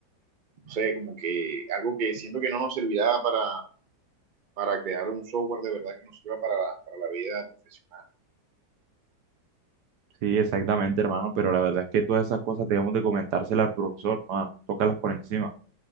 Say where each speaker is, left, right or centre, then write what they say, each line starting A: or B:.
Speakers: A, on the right; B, on the right.
A: no sé, como que algo que siento que no nos servirá para, para crear un software de verdad que nos sirva para, la- para la vida profesional,
B: Sí, exactamente, hermano, pero la verdad es que todas esas cosas debemos de comentárselas al profesor, no, no tocarlas por encima. O